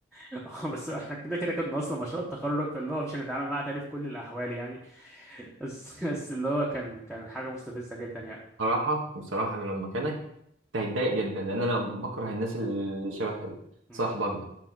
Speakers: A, in the centre; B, on the right (about 90°).
A: <laughs> بس احنا كده كده كنا اصلا مشروع التخرج فاللي هو مش هنتعامل معاه تاني في كل الاحوال يعني بس <laughs> بس اللي هو كان كان حاجة مستفزة جدا يعني
B: صراحة بصراحة أنا لو مكانك كنت هتضايق جدا لأن أنا بكره الناس اللي شبه
A: امم
B: صاحبك ده